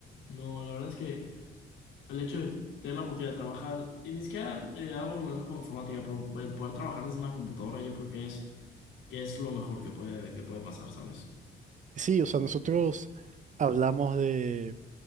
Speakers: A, on the left; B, on the right.
A: No, la verdad es que el hecho de tener la oportunidad de trabajar, y ni siquiera eh, hago relación con informática, pero el poder trabajar desde una computadora yo creo que es, que es lo mejor que puede, que puede pasar, ¿sabes?
B: Sí, o sea, nosotros hablamos de,